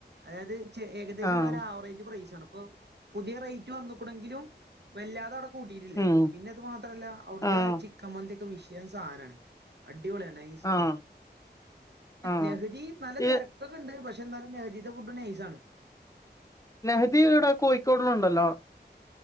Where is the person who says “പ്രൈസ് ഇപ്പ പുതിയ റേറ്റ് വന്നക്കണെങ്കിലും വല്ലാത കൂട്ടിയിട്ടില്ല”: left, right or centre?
Right